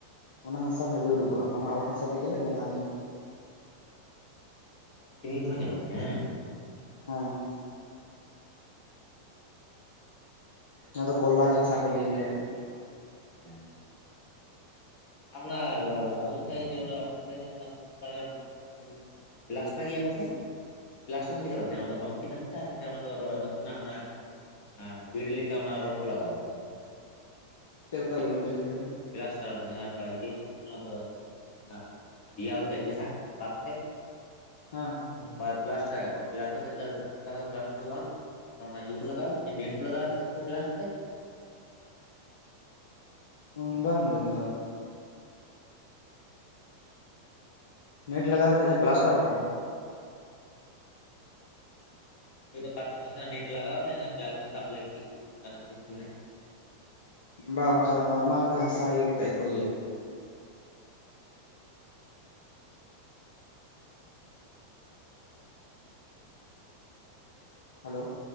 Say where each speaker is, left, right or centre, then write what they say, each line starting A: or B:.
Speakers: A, on the left; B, on the left.
A: ᱚᱱᱟ ᱦᱟᱥᱟ ᱵᱷᱟᱜᱤ ᱩᱰᱩᱠᱚᱜᱼᱟ ᱚᱱᱟ ᱦᱟᱥᱟ ᱛᱮᱜᱮᱞᱮ ᱵᱮᱱᱟᱣ ᱜᱮᱭᱟ
B: ᱛᱮ ᱯᱷᱤᱨᱤ ᱛᱮᱦᱚ ᱧᱟᱢᱚᱜ ᱜᱮᱭᱟ ᱦᱮᱸ
A: ᱦᱮᱸ ᱚᱱᱟ ᱫᱚ ᱠᱚᱞᱟᱪ ᱪᱟᱥᱟ ᱠᱚ ᱞᱟᱹᱭ ᱜᱮᱭᱟ ᱟᱨᱠᱤ
B: ᱦᱮᱸ <unintelligible> ᱯᱮᱞᱟᱥᱴᱟᱨ ᱜᱮᱭᱟ ᱠᱚᱥᱮ ᱯᱞᱟᱥᱴᱟᱨ ᱫᱚ ᱪᱮᱠᱟ ᱫᱚ ᱛᱟᱦᱮᱸᱱᱟ ᱚᱱᱟ ᱫᱚ ᱵᱟᱝᱠᱤ ᱫᱷᱟᱥᱼᱟ ᱥᱮ ᱚᱱᱟ ᱫᱚ ᱨᱚ ᱱᱟᱥᱮᱱᱟᱜ ᱚᱱᱟ ᱮ ᱵᱮᱲ ᱞᱮᱠᱟ ᱚᱱᱟ ᱨᱳᱰ ᱠᱚ ᱞᱟᱜᱟᱣᱟ
A: ᱪᱮᱫ ᱞᱮᱠᱟ ᱵᱟᱹᱧ ᱵᱩᱡᱷᱟᱹᱣ ᱫᱟᱲᱮᱣᱟᱫᱟ
B: ᱯᱞᱟᱥᱴᱟᱨ ᱚᱰᱮ ᱡᱟᱦᱟᱸ ᱤᱭᱟᱹ ᱵᱟᱝ ᱛᱟᱦᱮᱱᱟ ᱚᱱᱟ ᱫᱚ ᱡᱮ ᱟᱨ ᱫᱮᱭᱟᱞ ᱛᱮᱫ ᱡᱟᱦᱟᱸ ᱠᱟᱛ ᱛᱮᱫ
A: ᱦᱮᱸ
B: ᱯᱞᱟᱥᱴᱟᱨ ᱯᱞᱟᱥᱟᱨ ᱫᱚ ᱯᱤᱠᱟᱛᱮᱛ ᱛᱟᱦᱮᱱ ᱯᱟᱥᱴᱟᱨᱮ ᱫᱚ ᱵᱟᱝ ᱛᱟᱸᱦᱮᱱᱟ ᱚᱱᱟ ᱤᱭᱟᱹ ᱠᱚ ᱞᱟᱜᱣᱟᱤ ᱱᱮᱴ ᱠᱚ ᱞᱟᱜᱟᱣ ᱠᱷ ᱞᱟᱜ <unintelligible>
A: ᱚ ᱵᱟᱝ ᱜᱮ ᱚᱱᱠᱟ ᱱᱮᱴ ᱞᱟᱜᱟᱣ ᱠᱟᱛᱮᱫ ᱯᱞᱟᱥᱴᱟᱨ ᱟᱠᱚ
B: ᱦᱳᱭᱛ ᱯᱟᱛᱲᱟᱥᱮ ᱱᱤᱴ ᱞᱟᱜᱟᱣ ᱛᱟᱦᱮᱸ ᱯᱞᱟᱥᱴᱟᱨ ᱥᱟᱵ ᱞᱟᱹᱜᱤᱫ ᱚᱱᱠᱟᱱᱟᱜ ᱠᱤᱪᱷᱩ ᱢᱮᱱᱟᱜᱼᱟ
A: ᱵᱟ ᱚᱱᱠᱟ ᱫᱚ ᱱᱚᱨᱢᱟᱞ ᱜᱮ ᱦᱟᱥᱟ ᱤᱭᱟᱹ ᱠᱟ ᱠᱟᱛᱮᱜ ᱜᱮ ᱠᱚ ᱤᱭᱟᱹᱤᱭᱟ ᱦᱮᱞᱳ